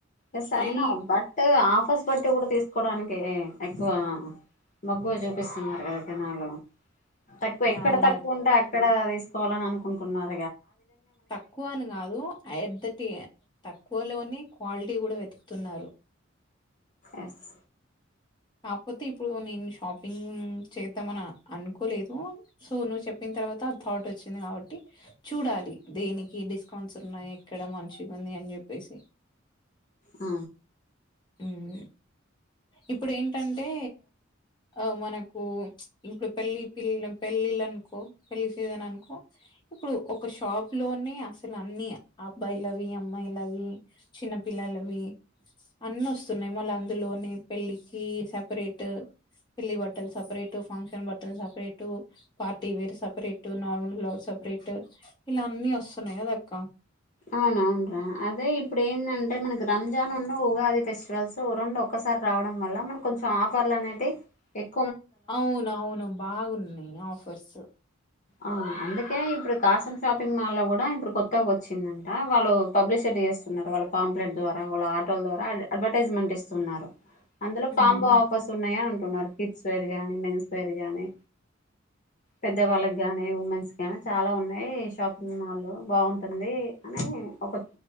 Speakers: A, on the left; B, on the left.
A: ఎస్
B: మళ్ళీ
A: అయినా బట్ ఆఫర్స్ బట్టి కూడా తీసుకోవడానికి కే ఎక్కువ మగ్గువ చూపిస్తున్నారు కదా జనాలు తక్కువ ఎక్కడ
B: అవున
A: తక్కువ ఉంటే అక్కడదిస్ పోవాలని అనుకుంటున్నారు
B: తక్కువ అని కాదు అయిడ్ ధటి తక్కువ లోని క్వాలిటీ కూడా వెతుకుతున్నారు
A: ఎస్
B: కాకపోతే ఇప్పుడు నేను షాపింగ్ చేద్దామన అనుకోలేదు సో నువ్వు చెప్పిన తర్వాత ఆ థాట్ వచ్చింది కాబట్టి చూడాలి దేనికి డిస్కౌంట్స్ ఉన్నాయి ఎక్కడ మంచిగుంది అని చెప్పేసి
A: ఆ
B: ఉం ఇప్పుడెటంటే ఆ మనకు ఇప్పుడు పెళ్లి పిల్ పెళ్లిిలు అనుకో పెళ్లి సీజన్ అనుకో ఇప్పుడు ఒక షాప్ లోనే అసలు అన్నిీ అబ్బాయిలవి అమ్మాయిలవి చిన్న పిల్లలవి అన్నస్తున్నాయి మళ్ళీ అందులోనే పెళ్ళి కి సపరేట్ పిల్లీ బట్టల్ సపరేట్ ఫంక్షన్ బట్టలు separate party wear separate normal cloth separate ఇలాన్నీ వస్తున్నాయి కదక్క
A: అవున అవును రా అదే ఇప్పుడేందా అంటే మనకి రంజాన్ ఉన్న ఉగాది ఫెస్టివల్స్ సో రొండు ఒక్కసారి రావడం వల్ల మన కొంచెం ఆఫర్లు అనేటి ఎక్
B: అవున అవును బాగున్నాయి ఆఫర్స్
A: అ అందుకే ఇప్పుడు కాసం షాపింగ్ మాల్ లో కూడా ఇప్పుడు కొత్తగా వచ్చిందంట వాళ్ళు పబ్లిసిటీ చేస్తున్నారు వాళ్ళ పాంప్లెట్ ద్వారా వాళ్ళ ఆటోల ద్వారా అడ్వర్టైజ్మెంట్ ఇస్తున్నారు అందులో
B: హ్మ్
A: కాంబో ఆఫర్స్ ఉన్నాయ న్నారు కిడ్స్ వేర్ మేన్స్ వేర్ గాని పెద్దవాళ్ళ గానీ ఉమెన్స్ గానీ చాలా ఉన్నాయి షాపింగ్ మాల్ బాగుంటుంది అని ఒక